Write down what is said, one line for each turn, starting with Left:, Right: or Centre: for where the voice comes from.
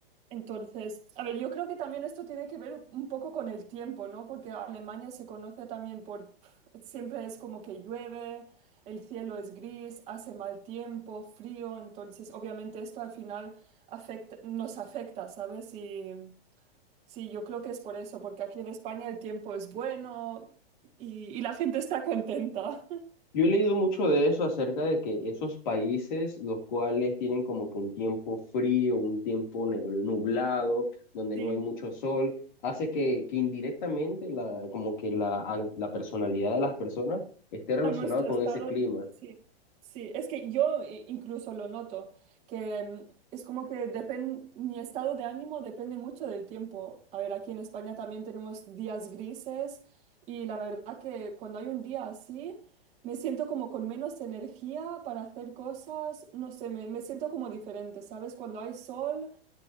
Right: Entonces, a ver, yo creo que también esto tiene que ver un poco con el tiempo, ¿no? Porque Alemania se conoce también por, pf, siempre es como que llueve, el cielo es gris, hace mal tiempo, frío, entonces obviamente esto al final afecta, nos afecta, ¿sabes? Y sí, yo creo que es por eso, porque aquí en España el tiempo es bueno y, y la gente está contenta. <laughs>
Left: Yo he leído mucho de eso acerca de que esos países, los cuales tienen como que un tiempo frío, un tiempo ne- nublado, donde
Right: Sí.
Left: no hay mucho sol, hace que, que indirectamente la, como que la, a- la personalidad de las personas esté relacionada
Right: A nuestro
Left: con
Right: estado,
Left: ese clima.
Right: sí, sí, es que yo eh, incluso lo noto, que mm, es como que depende, mi estado de ánimo depende mucho del tiempo. A ver, aquí en España también tenemos días grises y la verdad que cuando hay un día así, me siento como con menos energía para hacer cosas, no sé, me, me siento como diferente, ¿sabes? Cuando hay sol,